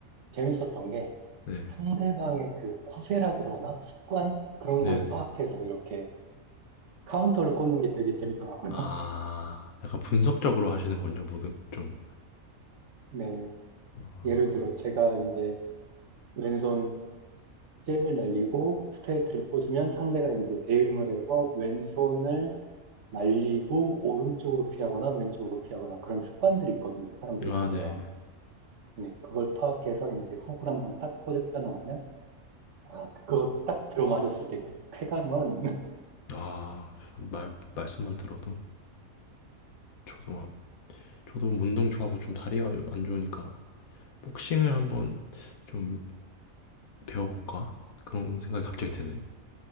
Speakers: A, on the right; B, on the left.
A: 재밌었던 게
B: 네,
A: 상대방의 그 쿠세라 그러나 습관? 그런
B: 네,
A: 걸
B: 네.
A: 파악해서 이렇게 카운터를 꽂는 게 되게 재밌더라고요.
B: 아,
A: <laughs>
B: 약간 분석적으로 하시는군요, 모든, 좀.
A: 네.
B: 아,
A: 예를 들어 제가 이제 왼손 잽을 날리고 스트레이트를 꽂으면 상대가 이제 대응을 해서 왼손을 날리고 오른쪽으로 피하거나 왼쪽으로 피하거나 그런 습관들이 있거든요. 사람들이
B: 아,
A: 보면.
B: 네.
A: 네, 그걸 파악해서 이제 훅을 한번 딱 꽂아 넣으면, 아, 그거 딱 들어맞았을 때 그 쾌감은, <laughs>
B: 아, 말, 말씀만 들어도 저도 저도 운동 좋아하고 좀 다리가 안 좋으니까 복싱을 한번 좀 배워볼까 그런 생각이 갑자기 드네요.